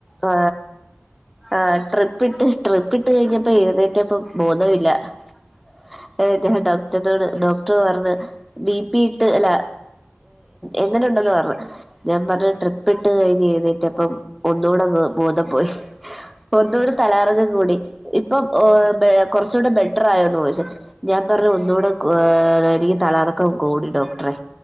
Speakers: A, in the centre; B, on the right.
A: ആ ആ ട്രിപ്പ ട്രിപ്പിട്ട് ട്രിപ്പിട്ട്
B: ഡോക്ടർ
A: കഴിഞ്ഞപ്പോ
B: എന്താ
A: എഴുന്നേറ്റപ്പ
B: പറഞ്ഞ്
A: ബോധമില്ലഏഞാണ്ട്
B: ഉം
A: ട് ഡോക്ടർ പറഞ്ഞ ബി പി ഇട്ട് അല്ല എങ്ങനെ ഉണ്ടെന്ന് പറഞ്ഞ ഞാൻ പറഞ്ഞ ട്രിപ്പ് ഇട്ട്ഴിഞ്ഴ് ന്നേ പ്പം ഒന്നൂടെ ന്ന് ബോധം പോയി ഒന്നൂട്
B: ഉം
A: തലാറക കൂടി. ഇപ്പം
B: ഉം
A: കുറച്ചുകൂടെ ബെറ്റർായോന്ന് ചോദിച്ചു ഞാൻ
B: ഉം
A: പറഞ്ഞു ഒന്നുകൂടെന്ന്. ആ യിനിക്ക് തലറക്കം കൂടി ഡോക്ടറെ